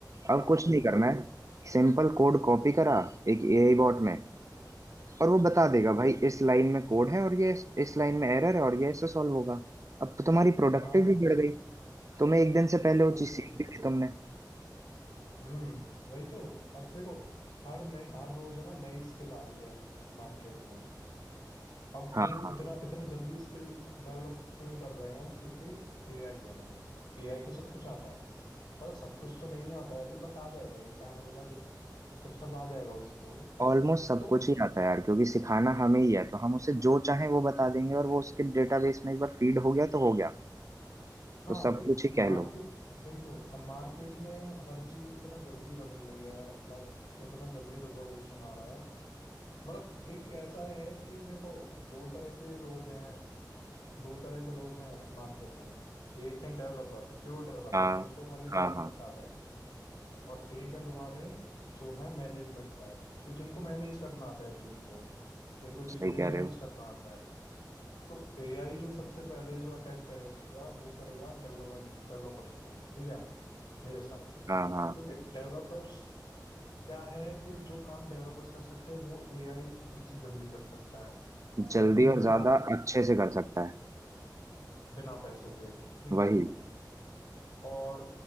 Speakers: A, on the left (about 80°); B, on the right (about 45°).
A: हाँ
B: अब
A: हाँ,
B: कुछ
A: वही
B: नहीं
A: वही
B: करना है सिंपल कोड कॉपी करा एक एआई बॉट में और वो बता
A: हम्म
B: देगा भाई इस लाइन में कोड है और ये इस, इस लाइन में एरर है और ये ऐसे सॉल्व होगा अब तो तुम्हारी प्रोडक्टिव
A: हाँ
B: भी बढ़ गई तुम्हें एक दिन से पहले वो
A: वही
B: चीज
A: तो
B: सीख भी ली तुमने
A: हम्म वही तो अब देखो हर नई हर रोज है ना नई स्किल आ रही है मार्केट में अब
B: हाँ
A: वो
B: हाँ
A: इतना इतना जल्दी स्किल डेवलप क्यों कर रहे हैं क्योंकि एआई है भाई एआई को सब कुछ आता है पर सब कुछ तो नहीं आता है अभी बट आ जाएगा एक टाइम होगा जस्ट जब सब आ जाएगा उसको
B: ऑलमोस्ट सब
A: तो
B: कुछ ही आता है यार क्योंकि सिखाना हमें ही है तो हम उसे जो चाहे वो बता देंगे और वो उसके डेटाबेस में एक बार फीड हो गया तो हो गया
A: हाँ
B: तो सब
A: भाई
B: कुछ ही कह
A: मार्केट
B: लो
A: वही तो अब मार्केट में हर चीज इतना जल्दी बदल रही है लाइक इतना जल्दी रिवॉल्यूशन आ रहा है मतलब एक ऐसा है कि देखो दो तरह के लोग हैं दो तरह के लोग हैं मार्केट में एक है डेवलपर प्योर डेवलपर
B: हाँ
A: जिनको खाली डेवलपमेंट
B: हाँ हाँ
A: आता है और एक है तुम्हारे जो है मैनेजमेंट साइड कि जिनको मैनेज करना आता है टीम को जिनको चीजों
B: सही
A: को
B: कह
A: मैनेज
B: रहे हो
A: करना आता है तो एआई जो सबसे पहले जो अटैक करेगा वो करेगा डेवलपमेंट डेवलपर्स को ठीक है मेरे हिसाब से क्योंकि
B: हाँ हाँ
A: डेवलपर्स क्या है कि जो काम डेवलपर्स कर सकते हैं वो एआई उनसे जल्दी कर सकता है
B: जल्दी
A: जल्दी नहीं
B: और ज्यादा
A: काफी जल्दी
B: अच्छे
A: कर
B: से
A: सकता
B: कर सकता है
A: बिना पैसों के ठीक है
B: वही
A: और